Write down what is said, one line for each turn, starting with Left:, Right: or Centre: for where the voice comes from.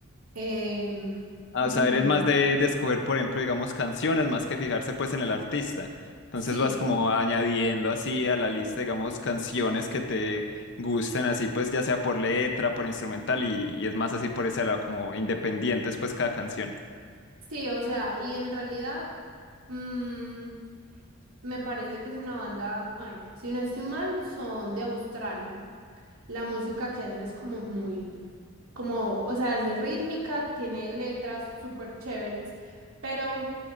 Right: em, <clears throat>
Left: Ah, o sea, eres más de, de escoger, por ejemplo, digamos, canciones, más que fijarse pues en el artista. Entonces
Right: sí.
Left: vas como añadiendo así a la lista, digamos, canciones que te gusten, así pues ya sea por letra, por instrumental y, y es más así por ese lado, como independientes pues cada canción.
Right: Sí, o sea, y en realidad mm, me parece que es una banda, a ver, si no estoy mal, son de Australia. La música que hacen es como muy, como, o sea, es de rítmica, tiene letras súper chéveres, pero